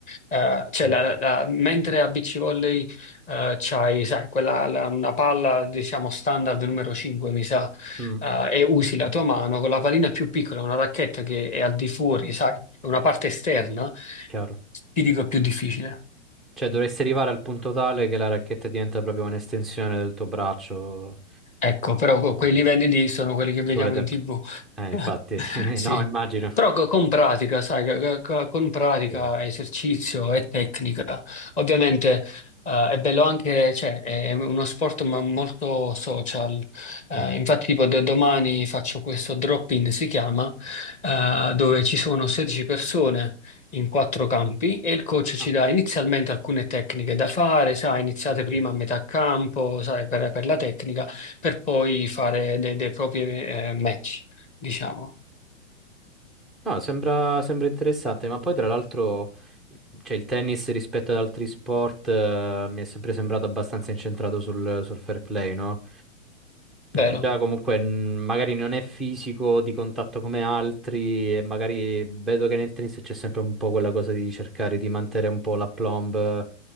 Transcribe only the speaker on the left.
eh, cioè
la- la- mentre a beach volley eh, c'hai, sai, quella, la- una palla, diciamo, standard numero 5, mi sa,
eh, e usi la
tua mano con la pallina più piccola, una racchetta che è al di fuori, sai, è una parte esterna,
ti dico è più difficile.
Ecco, però que-
quei livelli lì sono quelli che vediamo
in TV.
<laughs>
Sì.
Però co- con pratica, sai, co- co- con pratica,
esercizio e tecnica. Ovviamente eh, è bello anche, cioè, è uno sport ma molto social. Eh,
infatti, tipo, d- domani faccio questo drop-in, si chiama, eh, dove ci sono 16 persone in quattro campi e il coach ci
dà inizialmente alcune tecniche da fare, sai, iniziate
prima a metà campo, sai, per, per la tecnica per poi fare dei, dei propri eh, match, diciamo.
Vero?